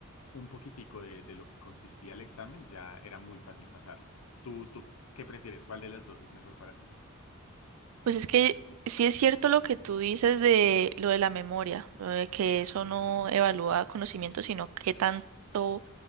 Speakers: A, on the left (about 75°); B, on the right (about 75°).
A: un poquitico de, de lo que consistía el examen ya era muy fácil pasarlo. ¿Tú, tú qué prefieres? ¿Cuál de las dos es mejor para ti?
B: Pues es que sí es cierto lo que tú dices de lo de la memoria, lo de que eso
A: Ujú,
B: no evalúa conocimiento, sino qué tanto